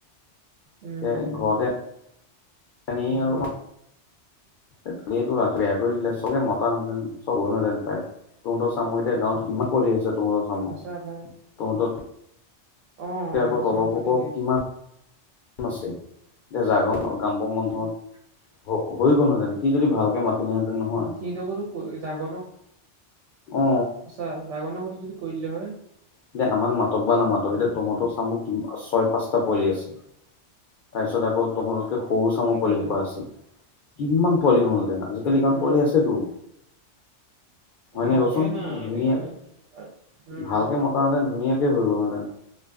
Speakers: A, on the right; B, on the left.
A: উম।
B: এ ঘৰতে আনি আৰু এক্সুয়েলি এইটো লৰাটো বেয়া কৰি দিলে চবে মতাহেতেন চব গল হেঁতেন পাই তহঁতৰ চামৰ এতিয়া গাঁৱত কিমান পোৱালি আছে তহঁতৰ চামৰ
A: সঁচা ভাই
B: তহঁতৰ
A: অ',
B: এতিয়া আকৌ
A: আমাৰ
B: তলৰ
A: চমৰ পোৱালি
B: সোপাও
A: ধেৰ
B: কিমান আছে এতিয়া জাগৰ কামৰ বন্ধত হ হৈ গ'লহেঁতেন সি যদি ভালকে মাতিলেহেঁতেন নহয়
A: ইন্ত কতো কৈ জাগো নো
B: অ
A: সচা জাগোনোৰ সৈতে যদি কৈ দিলে হয়
B: এতিয়া আমাক মাতক বা নামাতক এতিয়া তহঁতৰ চামক কিমান ছয় পাঁচটা পোৱালি আছে তাৰপিছত আকৌ তহঁতকে সৰু চামৰ
A: তাকেইতো
B: পোৱালি সোপা আছে কিমান পোৱালি হ'ল তেনেকে আজিকালি
A: উম,
B: গাঁৱত
A: উম।
B: পোৱালি আছেতো হয় নাই
A: নকৰে
B: কচোন
A: না এতিয়া
B: ধুনীয়া
A: মানে উম
B: ভালকে মত মাতাহেতেন ধুনীয়াকে হৈ গলহেতেন‌